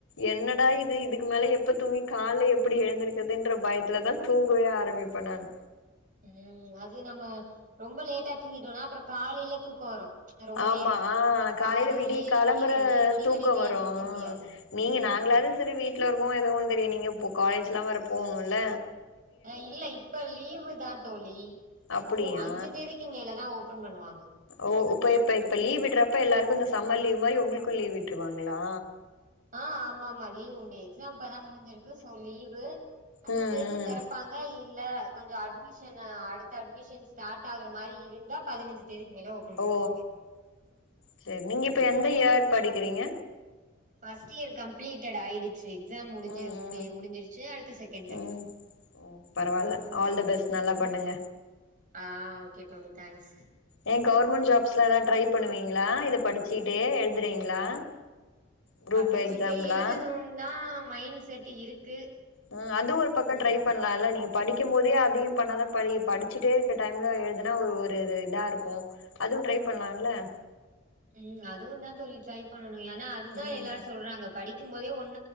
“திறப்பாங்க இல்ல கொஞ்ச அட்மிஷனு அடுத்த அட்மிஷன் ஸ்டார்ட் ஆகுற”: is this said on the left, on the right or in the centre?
Right